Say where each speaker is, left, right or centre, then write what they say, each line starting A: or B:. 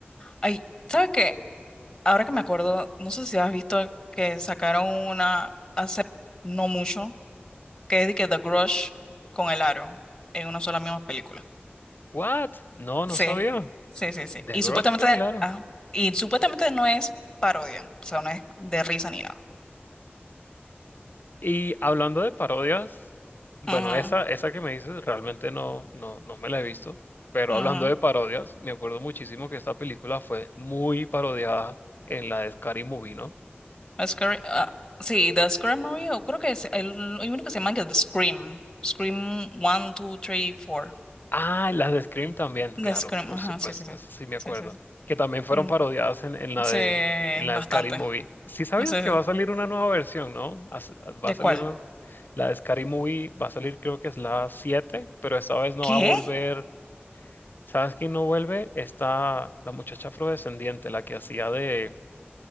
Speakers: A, on the left; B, on the left.
A: Ay, ¿sabes qué? Ahora que me acuerdo, no sé si has visto que sacaron una hace no mucho, que es de que The Grudge con el aro en una sola misma película.
B: What? No, no
A: Sí,
B: sabía.
A: sí, sí, sí.
B: The
A: Y
B: Grudge
A: supuestamente,
B: con el aro.
A: ah, y supuestamente no es parodia, o sea, no es de risa ni nada.
B: Y hablando de parodias, bueno,
A: Ujú,
B: esa, esa que me dices realmente no, no, no me la he visto, pero
A: ujú.
B: hablando de parodias, me acuerdo muchísimo que esta película fue muy parodiada en la de Scary Movie, ¿no?
A: A Scary- ah, sí, The Scream Movie, o creo que es el, hay uno que se llama que The Scream. Scream 1, 2, 3, 4.
B: Ah, en las de Scream también, claro,
A: The Scream,
B: por
A: ajá,
B: supuesto,
A: sí, sí, sí.
B: eso sí me acuerdo,
A: Sí, sí, sí.
B: que también fueron
A: Mm,
B: parodiadas en, en la
A: sí,
B: de, en la
A: bastante.
B: de Scary Movie. Sí sabías
A: Sí, sí.
B: que va a
A: sí.
B: salir una nueva versión, ¿no? As- Va
A: ¿De
B: a salir
A: cuál?
B: una- la de Scary Movie, va a salir creo que es la 7 pero esta vez no
A: ¿Qué?
B: va a volver. ¿Sabes quién no vuelve? Está la muchacha afrodescendiente, la que hacía de...